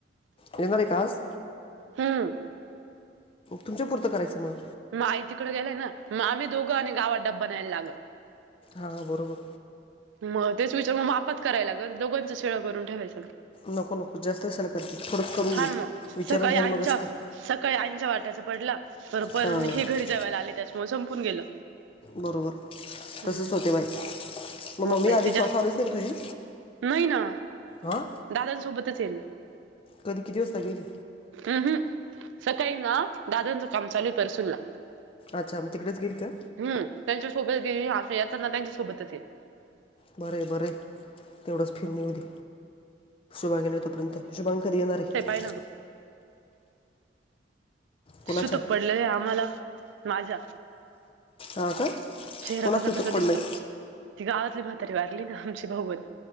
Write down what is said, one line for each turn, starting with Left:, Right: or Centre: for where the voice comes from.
Left: एणार आहे का आज
Right: हम
Left: तुमच्या पुरतं करायचं मग
Right: म आई तिकडें गेलाय ना मग आम्ही दोघं आणि गावात डब न्यायला लागल
Left: हा बरोबर
Right: मग तेच विचारून मग मापत करायला लागल दोघांचं शीळ करून ठेवायच
Left: नको नको जास्त असयल कर की थोडंच करून
Right: हा
Left: घे
Right: ना मग
Left: विचारून
Right: सकाळी
Left: घ्यान
Right: आईंच्या
Left: मगच कर
Right: सकाळी आऐच्या वाट्याचा पडला पर पर
Left: हां
Right: हे घरी जेवयला आले त्याच्यामुळे संपून गेलं
Left: बरोबर
Right: हम्म
Left: तसंच होतेबाई मग मम्मी
Right: बाई
Left: आली
Right: तिच्या
Left: श्वास आलीच नाही का तुझी
Right: नाही ना
Left: हा
Right: दादांसोबतच येईल ना
Left: कधी किती वाजता गेली
Right: अहं सकाळी ना दादांचं काम चालू आहे परसुरला
Left: अच्छा म तिकडेच गेईल का
Right: हम् त्यांच्या सोबत येईल असं याताना त्यांच्या सोबतच येईल
Left: बर आहे बरं आहे तेवढंच फिरणी होली सुुभागेले हो तोपर्यंत तुज माांग कध येणार आहे
Right: य ना
Left: कोणाच्या
Right: सुतक पडलंय आम्हाला माझ्या
Left: हां का
Right: चेहरा
Left: कोणाच
Right: कसा
Left: सुतक
Right: कसा
Left: पडलं
Right: दिसतो
Left: आहे?
Right: ती गावातली म्हातारी वारली ना आमची बहवत